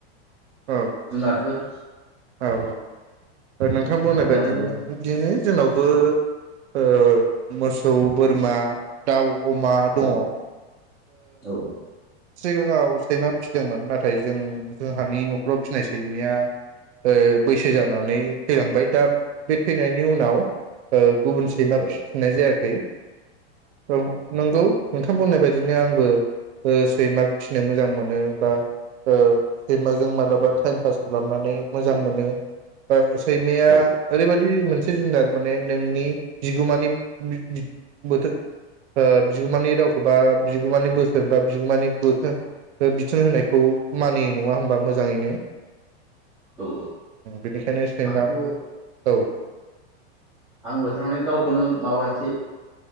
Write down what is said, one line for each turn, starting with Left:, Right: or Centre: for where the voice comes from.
Right: औ
Centre: जुनारफोर
Right: औ औ नोंथांआ बुंनाय
Centre: मोजां
Right: बायदिनो
Centre: मोनो
Right: बिदिनो जोंनावबो ओ मोसौ बोरमा दाउ अमा दङ
Centre: औ औ
Right: सिगाङाव सैमा फिसिदोंमोन नाथाय जों जोंहानि न'खराव फिसिनाय सैमाया ओ बैसो जानानै थैलांबाय दा बे थैनायनि उनाव ओ गुबुन सैमा
Centre: औ
Right: फिफिननाय जायाखै औ नंगौ नोंथां बुंनाय बाय बिदिनो आंबो ओ सैमा फिसिनो मोजां मोनो बा ओ जों मालाबा
Centre: औ
Right: थाइफास खालामनानै मोजां मोनो ओ सैमाया
Centre: औ
Right: ओरैबायदि मोनसे जुनार माने नोंनि बिगोमानि <unintelligible> बोथोर ओ बिगोमानि रावखौ बा बिगोमानि बोसोन बा बिगोमानि <unintelligible> बिथोन होनायखौ मानिनाय नङा होमबा मोजाङैनो?
Centre: औ
Right: बेनिखायनो सैमा
Centre: आंथ' औ
Right: औ
Centre: आंबो थारमाने गावखौनो माबा मोनसे